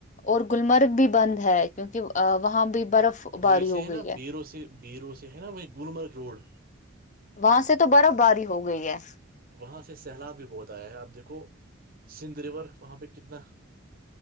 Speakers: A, on the left (about 35°); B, on the right (about 45°).
A: اور گللمرگ بھی بند ہے کیونکہ وہاں بھی برف باری
B: وہی سے
A: ہو گئی
B: نا
A: ہے
B: بیرو سے بیرو سے ہے نا وہی گلمرگ روڈ
A: وہاں سے تو برف باری ہو گئی ہے
B: وہاں سے سیلاب بھی بہت آیا ہے آپ دیکھو سندھ ریور وہاں پہ کتنا